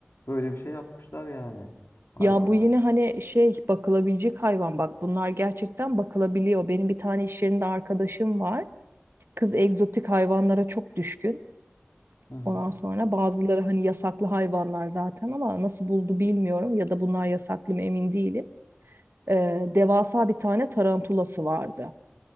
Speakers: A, on the left; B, on the right.
A: böyle bir şey yapmışlar yani hayvanlar.
B: Ya bu yine hani şey bakılabilecek hayvan bak bunlar gerçekten bakılabiliyor. Benim bir tane iş yerinde arkadaşım var. Kız egzotik hayvanlara çok düşkün.
A: Hı hı.
B: Ondan sonra bazıları hani yasaklı hayvanlar zaten ama nasıl buldu bilmiyorum ya da bunlar yasaklı mı emin değilim. Ee, devasa bir tane tarantulası vardı.